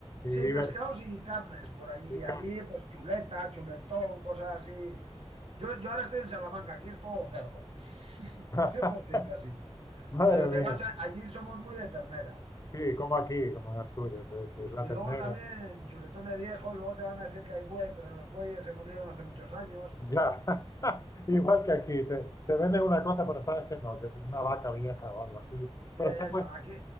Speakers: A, on the left (about 30°); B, on the right (about 65°).
A: y,
B: Sí, pescados
A: ver-
B: y carnes por allí.
A: y carne.
B: Allí, pues chuleta, chuletón, cosas así. Yo, yo ahora estoy en Salamanca, aquí es todo cerdo, <laughs>
A: <laughs>
B: cien por ciento casi.
A: Madre
B: Pero
A: mía,
B: te vas a- allí somos muy de ternera.
A: sí, como aquí, como en Asturias, es,
B: Sí,
A: es la
B: Y
A: ternera.
B: luego también, chuletón de viejo, luego te van a decir que hay buey, pero los bueyes se murieron hace muchos años.
A: Ya, <laughs> igual que aquí, te, te venden una cosa, pero sabes que no, que es una vaca vieja o algo así.
B: Sí,
A: Pero
B: eso,
A: está bueno,
B: aquí